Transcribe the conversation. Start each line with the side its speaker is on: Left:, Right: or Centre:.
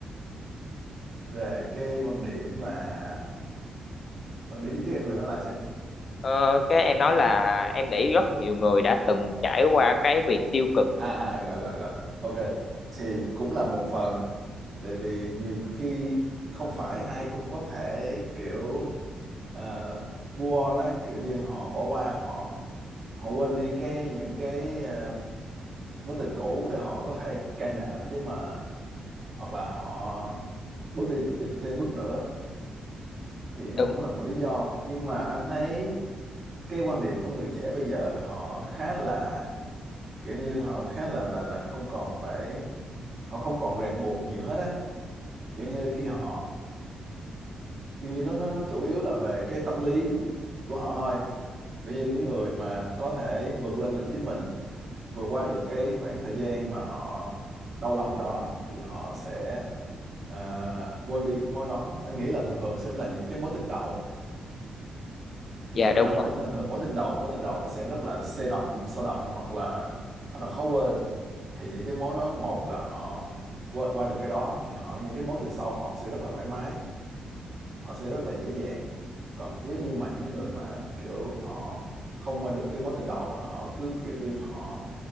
Right: về cái quan điểm mà quan điểm gì trước em vừa nói lại xem
Left: Ờ, cái em nói là em nghĩ rất nhiều người đã từng trải qua cái việc tiêu cực
Right: à, à à, rồi rồi rồi ok thì cũng là một phần tại vì nhiều khi không phải ai cũng có thể kiểu ờ, move on á kiểu như họ bỏ qua họ họ quên đi cái những cái ờ, mối tình cũ để họ có thể can đảm để mà hoặc là họ bước đi được thêm bước nữa thì nó
Left: đúng
Right: cũng là một lý do nhưng mà anh thấy cái quan điểm của người trẻ bây giờ họ khá là kiểu như họ khá là là là không còn phải họ không còn ràng buộc nhiều hết á kiểu như khi họ kiểu như nó nó nó chủ yếu là về cái tâm lý của họ thôi kiểu như những người mà có thể vượt lên được chính mình vượt qua được cái khoảng thời gian mà họ đau lòng đó thì họ sẽ à, quên đi cái mối đó anh nghĩ là thường thường sẽ là những cái mối tình đầu thì
Left: dạ
Right: khi
Left: đúng
Right: mà mối
Left: rồi
Right: tình thường mối tình đầu mối tình đầu nó sẽ rất là sôi động sôi động hoặc là nó là khó quên thì những cái mối đó một là họ qua, qua được cái đó thì họ những cái mối tình sau họ sẽ rất là thoải mái họ sẽ rất là dễ dàng còn nếu như mà những người mà kiểu họ không qua được cái mối tình đầu là họ cứ kiểu như họ